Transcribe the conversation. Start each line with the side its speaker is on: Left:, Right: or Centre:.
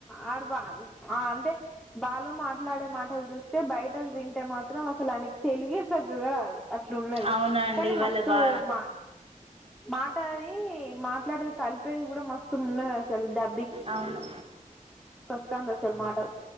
Centre: ఆడు బా అంటే బా వాళ్ళ మాట్లాడే మాటలు చూస్తే బయట వింటే మాత్రం అసలు ఆయనకి తెలుగే సక్కగా రాదు అట్లు ఉన్నది
Right: అవునండి
Centre: కానీ
Right: వాళ్ళ
Centre: మస్తు
Right: బా
Centre: మా మాట అది మా మాట్లాడేది కలిపేది కూడా మస్తు ఉన్నది అసలు ఢ
Right: అవును
Centre: వస్తాంది అసలు మాటలు